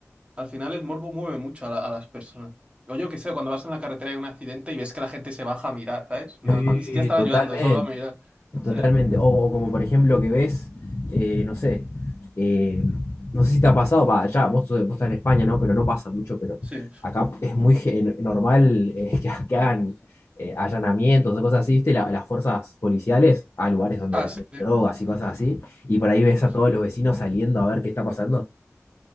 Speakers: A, on the right (about 20°); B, on the left (about 55°).
A: Al final el morbo mueve mucho a, la- a las personas. O yo qué sé, cuando vas en la carretera y hay un accidente y ves que la gente se baja a mirar, ¿sabes?
B: Sí,
A: No, no, ni siquiera están
B: totalmente.
A: ayudando, solo a mirar. Sí.
B: Totalmente. O, o como por ejemplo que ves, eh, no sé, eh, no sé si te ha pasado, va, ya, vos, sos- vos estás en España, ¿no? Pero no pasa mucho, pero
A: Sí.
B: acá es muy gen- normal eh, <laughs> que, que hagan eh, allanamientos o cosas así, ¿viste? La- las fuerzas policiales a lugares donde
A: Ah,
B: venden
A: sí,
B: drogas y cosas así, y por ahí ves a
A: sí.
B: todos los vecinos saliendo a ver qué está pasando.